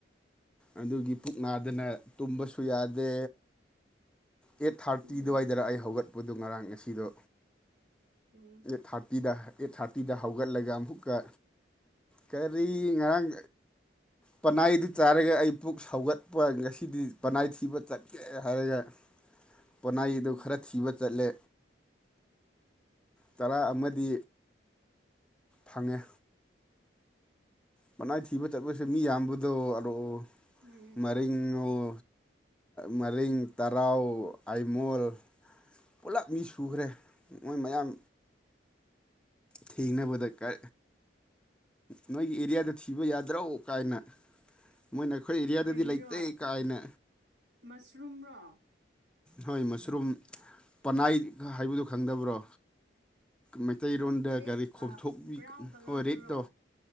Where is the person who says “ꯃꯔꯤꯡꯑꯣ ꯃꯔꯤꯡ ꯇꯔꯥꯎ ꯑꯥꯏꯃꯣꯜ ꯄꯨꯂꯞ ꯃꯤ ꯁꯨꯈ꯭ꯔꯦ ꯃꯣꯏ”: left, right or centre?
Centre